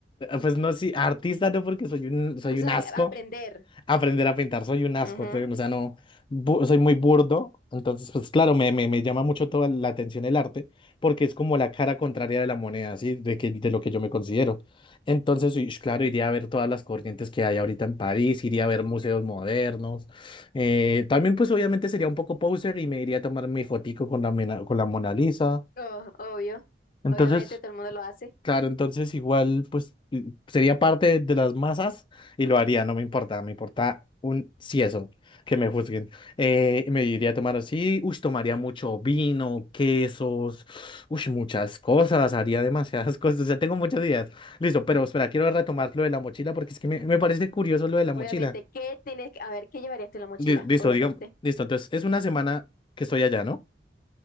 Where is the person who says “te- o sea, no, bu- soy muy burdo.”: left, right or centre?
Left